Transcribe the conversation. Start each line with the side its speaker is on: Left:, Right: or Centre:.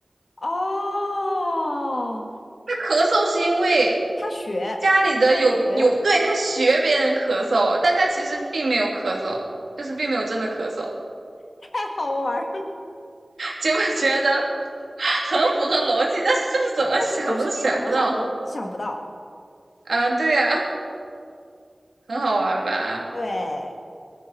Left: 哦，
Right: 它咳嗽是因为
Left: 他学，
Right: 家里的有有，
Left: 在学，
Right: 对，它学别人咳嗽，但它其实并没有咳嗽，就是并没有真的咳嗽。
Left: 太好玩儿。
Right: 结果觉得很符合逻辑，但是就是怎么想都想不到
Left: 但是就是你怎么想都想不到，
Right: 啊，对呀、很好玩吧？
Left: 对，